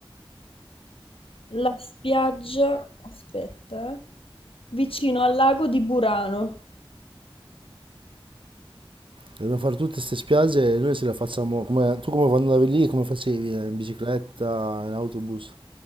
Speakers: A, on the left (about 75°); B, on the right (about 65°).
A: la spiaggia, aspetta, eh, vicino al lago di Burano.
B: dobbiamo fare tutte queste spiagge e noi se le facciamo come tu come quando andavi lì, come facevi? Eh, In bicicletta, in autobus,